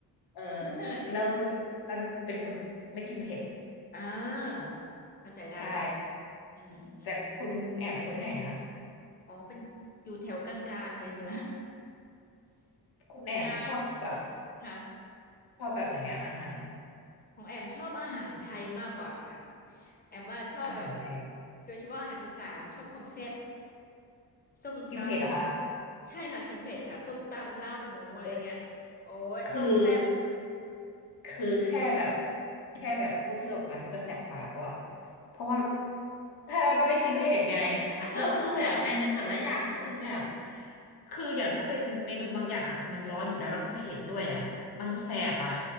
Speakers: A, on the left; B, on the left.
A: เออ
B: เออ
A: แล้วนุชแล้วนุชเป็นคนไม่กินเผ็ด
B: อ่า เข้าใจได้เลย
A: ใช่
B: อืมอืมอืม
A: แต่คุณคุณแอมเป็นคนที่ไหนนะ
B: อ๋อ เป็นอยู่แถวกลางๆเหนือ <laughs> เหนือ
A: คุณแอมชอบแบบ
B: กลางค่ะ
A: ชอบแบบไหนอ่ะอาหาร
B: ของแอมชอบอาหารไทยมากกว่าค่ะ แอมมาชอบแบบ
A: อาหารไทย
B: โดยเฉพาะอาหารอีสานชอบความแซ่บส้มต
A: กินเผ็ดเหรอะคะ
B: ำใช่ค่ะกินเผ็ดค่ะส้มตำลาบหมูอะไรเงี้ยโอ้ยต้มแซ่บ
A: เว้ยคือ คือแค่แบบแค่แบบพูดชื่อออกมันก็แสบปากแล้วอะเพราะว่าใช่มันองไม่กินเผ็ดไง
B: <laughs>
A: แล้วคือแบบเมนูแต่ละอย่างก็คือแบบ
B: เข้าใจ
A: คืออย่างถ้าเป็นเมนูบางอย่างอะคือมันร้อนอยู่แล้วแล้วก็เผ็ดด้วยอะมันแสบอะ
B: อืม